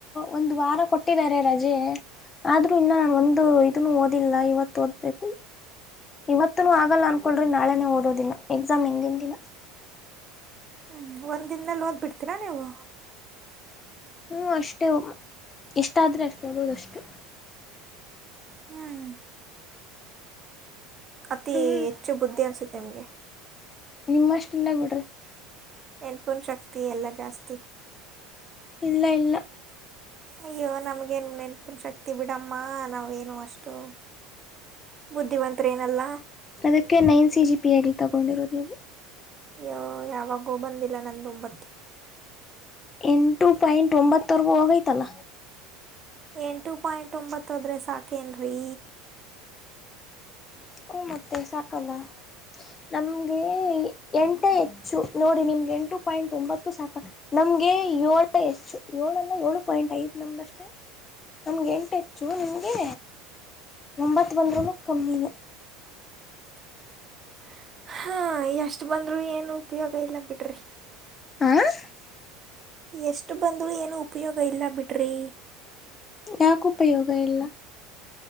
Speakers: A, on the left; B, on the right.
A: ಒಂದ್ ವಾರ ಕೊಟ್ಟಿದ್ದಾರೆ ರಜೆ ಆದ್ರೂ ಇನ್ನ ಒಂದು ಇದನು ಓದಿಲ್ಲ ಇವತ್ ಓದ್ಬೇಕು. ಇವತುನು ಆಗಲ್ಲ ಅನ್ಕೊಂಡ್ರೆ ನಾಳೆ ನೆ ಓದೋದಿನ ಎಕ್ಸಾಮ್ ಇಂದಿನ್ ದಿನ.
B: ಹ್ಞ ಒಂದು ದಿನ್ದಲ್ ಓದ್ ಬಿಡ್ತೀರಾ ನೀವು.
A: ಹ್ಮ ಅಷ್ಟೇ ಉಮ ಇಷ್ಟಾದ್ರೆ ಅಷ್ಟೇ ಓದದು ಅಷ್ಟೆ.
B: ಹ್ಮ್ ಅತಿ
A: ಹ್ಮ್
B: ಹೆಚ್ಚು ಬುದ್ಧಿ ಅನ್ಸುತ್ ನಿಮ್ಗೆ
A: ನಿಮ್ಅಷ್ಟ್ ಇಲ್ಲ ಬಿಡ್ರಿ
B: ನೆನ್ಪಿನ್ ಶಕ್ತಿ ಎಲ್ಲ ಜಾಸ್ತಿ.
A: ಇಲ್ಲ ಇಲ್ಲ
B: ಅಯ್ಯೋ ನಮ್ಗೇನ್ ನೆನ್ಪನ್ ಶಕ್ತಿ ಬಿಡಮ್ಮ ನಾವೇನು ಅಷ್ಟು. ಬುದ್ಧಿವಂತರೇನಲ್ಲ
A: ಅದಿಕ್ಕೆ ನೈನ್ ಸಿ ಜಿ ಪಿಎ ನೀವ್ ತಗೊಂಡಿರೋದು ನೀವು.
B: ಯ್ಯೋ ಯಾವಾಗೋ ಬಂದಿಲ್ಲ ನಂದ್ ಒಂಬತ್ತು.
A: ಎಂಟು ಪಾಯಿಂಟ್ ಒಂಬತ್ತವರೆಗೂ ಹೋಗೈತಲ್ಲ.
B: ಎಂಟು ಪಾಯಿಂಟ್ ಒಂಬತ್ತದ್ರರೆ ಸಾಕೇನ್ರೀ.
A: ಹು ಮತ್ತೆ ಸಾಕಲ್ಲ. ನಮ್ಗೆ ಎಂಟು ಹೆಚ್ಚು ನೋಡಿ ನಿಮ್ಗೆ ಎಂಟು ಪಾಯಿಂಟ್ ಒಂಬತ್ತು ಸಾಕ ನಮ್ ಗೆ ಏಳು ಹೆಚ್ಚು ಏಳಲ್ಲ ಏಳು ಪಾಯಿಂಟ್ ಐದ್ ನಮ್ದಷ್ಟೇ. ನಮ್ಗೆ ಎಂಟು ಹೆಚ್ಚು ನಿಮ್ಗೆ ಒಂಬತ್ ಬಂದ್ರೂನು ಕಮ್ಮಿನೇ.
B: <unintelligible> ಹಾ ಎಷ್ಟು ಬಂದ್ರರು ಏನು ಉಪಯೋಗ ಇಲ್ಲ ಬಿಡ್ರಿ.
A: <unintelligible>
B: ಎಷ್ಟು ಬಂದಳು ಏನು ಉಪಯೋಗ ಇಲ್ಲ ಬಿಡ್ರಿ.
A: ಯಾಕ ಉಪಯೋಗ ಇಲ್ಲ -